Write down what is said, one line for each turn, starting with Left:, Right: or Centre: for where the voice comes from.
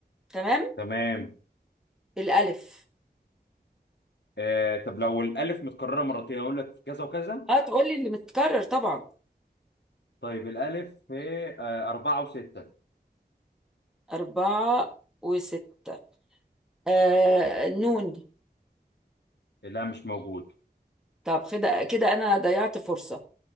Centre: تمام
Left: تمام
Centre: الألف
Left: آه طب لو الألف متكررة مرتين أقول لك في كذا وكذا
Centre: اه تقول لي اللي متكرر طبعا
Left: طيب الألف في آه أربعة وستة
Centre: أربعة وستة آه نون
Left: لا مش موجود
Centre: طب كده كده أنا ضيعت فرصة